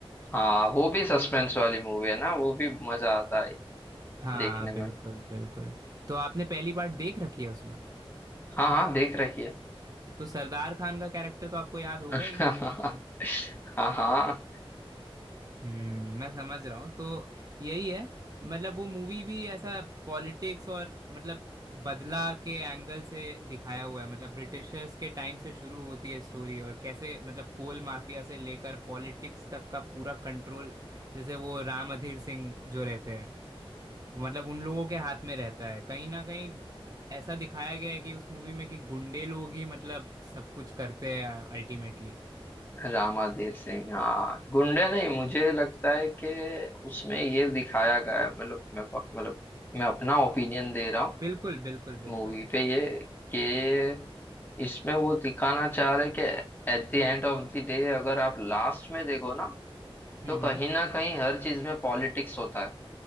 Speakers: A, on the left; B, on the right.
A: हाँ वो भी सस्पेंस वाली मूवी है ना वो भी मजा आता है
B: हाँ
A: देखने में
B: बिल्कुल बिल्कुल तो आपने पहली पार्ट देख रखी है उसमें
A: हाँ हाँ देख रखी है
B: तो सरदार खान का कैरेक्टर तो आपको याद होगा
A: <laughs>
B: ही
A: हाँ हाँ
B: हम्म मैं समझ रहा हूँ तो यही है मतलब वो मूवी भी ऐसा पॉलिटिक्स और मतलब बदला के एंगल से दिखाया हुआ है मतलब ब्रिटिशर्स के टाइम से शुरू होती है स्टोरी और कैसे मतलब कोल माफिया से लेकर पॉलिटिक्स तक का पूरा कंट्रोल जैसे वो राम अधीर सिंह जो रहते हैं मतलब उन लोगों के हाथ में रहता है कहीं ना कहीं ऐसा दिखाया गया है कि उस मूवी में कि गुंडे लोग ही मतलब सब कुछ करते हैं अल्टीमेटली
A: रामाधीर सिंह हाँ गुंडे नहीं मुझे लगता है कि उसमें ये दिखाया गया है, मतलब मैं पक- मतलब मैं अपना ओपिनियन दे रहा हूँ
B: बिल्कुल बिल्कुल बिल्कुल
A: मूवी पे ये कि इसमें वो दिखाना चाह रहे कि at the end of the day अगर आप लास्ट में देखो ना
B: हम्म
A: तो
B: हम्म
A: कहीं ना कहीं हर चीज में पॉलिटिक्स होता है